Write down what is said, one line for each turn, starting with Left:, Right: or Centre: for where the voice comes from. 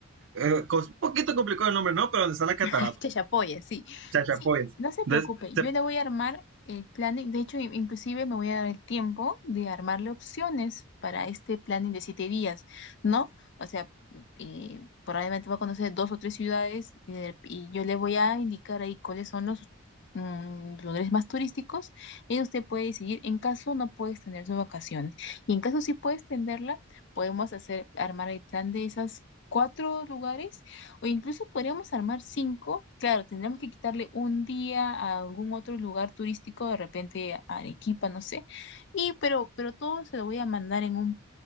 Right: eh, cos- un poquito complicado el nombre, ¿no? Pero donde está la catarata,
Left: <laughs> Que se apoye, sí.
Right: Chachapoyas.
Left: Sí, no se preocupe,
Right: Entonces, te,
Left: yo le voy a armar el planning, de hecho, in- inclusive me voy a dar el tiempo de armarle opciones para este planning de siete días, ¿no? O sea, eh, probablemente va a conocer dos o tres ciudades y, de- y yo le voy a indicar ahí cuáles son los mm, lugares más turísticos y usted puede decidir, en caso no puede extender sus vacaciones y en caso sí puede extenderla, podemos hacer, armar el plan de esas cuatro lugares o incluso podríamos armar cinco. Claro, tendríamos que quitarle un día a algún otro lugar turístico, de repente a Arequipa, no sé. Y pero, pero todo se lo voy a mandar en un,